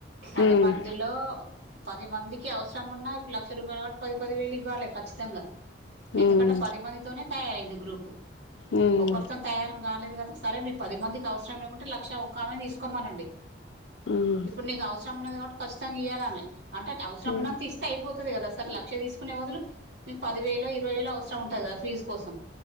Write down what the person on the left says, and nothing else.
ఉమ్,
ఉమ్,
ఉమ్,
ఉమ్,
ఉమ్,